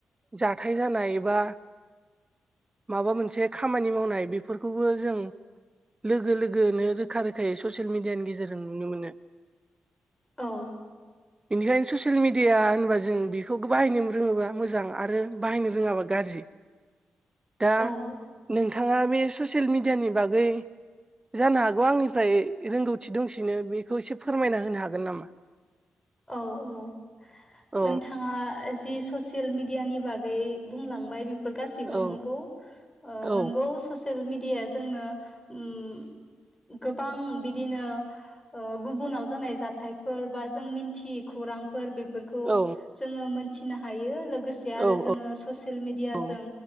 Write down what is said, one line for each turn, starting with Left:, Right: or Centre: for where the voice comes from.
Right: जाथाय जानाय एबा माबा मोनसे खामानि मावनाय बेफोरखौबो जों लोगो लोगोनो रोखा रोखायै ससियेल मिडियानि गेजेरजों नुनो मोनो
Left: औ
Right: बेनिखायनो ससियेल मिडिया होनबा जो जों बेखौ बाहायनो रोङोबा मोजां आरो बाहायनो रोङाबा गाज्रि दा
Left: औ
Right: नोंथाङा बे ससियेल मिडियानि बागै जानो हागौ आंनिफ्राय रोंगौथि दंसिनो बेखौ एसे फोरमायना होनो हागोन नामा
Left: औ औ
Right: औ
Left: नोंथाङा जि ससियेल मिडियानि बा गै बुंलांबाय बेफोर गासैबो
Right: औ
Left: नंगौ ओ
Right: औ
Left: नंगौ स सियेल मिडियाया जोंनो उम गोबां बिदिनो ओ गुबुनाव जानाय जाथायफोर बा जों मिथि खौरां बेफोरखौ
Right: औ
Left: जोङो मोनथिनो हायो। लोगोसे आरो
Right: औ
Left: जोङो ससियेल मिडियाजों।
Right: औ